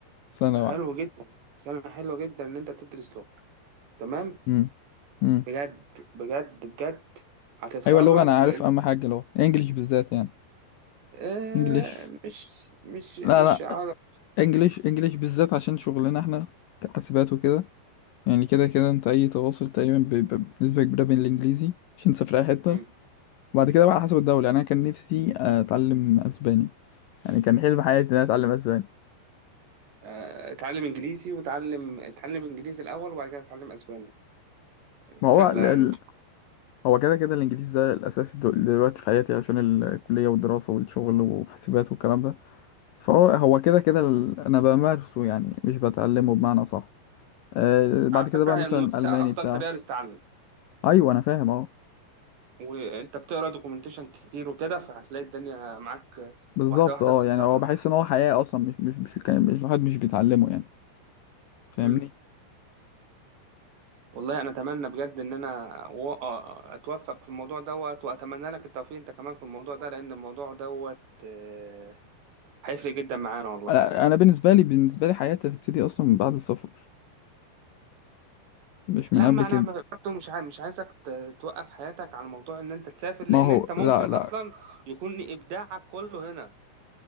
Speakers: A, on the left; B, on the right.
A: سنة
B: حلو
A: واحدة
B: جدا سنة حلوة جدا إن أنت تدرس لغة تمام
A: امم امم
B: بجد بجد بجد هتتخرج
A: ايوه اللغة انا عارف اهم حاجة اللغة انجليش بالذات يعني
B: آه
A: انجليش
B: مش مش مش
A: لا لا
B: عارف
A: انجليش انجليش بالذات عشان شغلنا احنا كحاسبات وكده يعني كده كده انت اي تواصل تقريبا بيبقى بنسبة كبيرة بين الانجليزي عشان تسافر اي حتة
B: مم.
A: وبعد كده بقى على حسب الدولة يعني انا كان نفسي اتعلم اسباني يعني كان حلم حياتي ان انا اتعلم اسباني
B: آه، اتعلم انجليزي وتعلم اتعلم انجليزي الاول وبعد كده اتعلم اسباني
A: ما
B: سهله
A: هو ال...
B: يعني
A: ال- هو كده كده الانجليزي ده الاساسي دل- دلوقتي في حياتي عشان الكلية والدراسة والشغل وحاسبات والكلام ده فهو هو كده كده ال- انا بمارسه يعني مش بتعلمه بمعنى صح آه بعد
B: على فكره
A: كده بقى
B: هي
A: مثلا
B: الممارسه
A: الماني
B: افضل
A: بتاع
B: طريقه للتعلم
A: ايوه انا فاهم اه
B: وانت بتقرا دوكيومنتيشن كتير وكده فهتلاقي الدنيا معاك
A: بالظبط
B: واحده واحده
A: اه
B: بتتظبط
A: يعني هو بحس ان هو حياة اصلا مش مش مش كان- مش الواحد مش بيتعلمه يعني فاهمني
B: امم والله انا اتمنى بجد ان انا و- آه، آه، اتوفق في الموضوع دوت واتمنى لك التوفيق انت كمان في الموضوع ده لان الموضوع دوت آه، هيفرق جدا معانا والله
A: انا أنا بالنسبه لي بالنسبه لي حياتي هتبتدي اصلا من بعد السفر مش
B: لا
A: من قبل
B: ما
A: كده
B: انا برضه مش عايز مش عايزك ت- توقف حياتك على موضوع ان انت تسافر لان
A: ما هو
B: انت ممكن
A: لا
B: اصلا
A: لا
B: يكون ابداعك كله هنا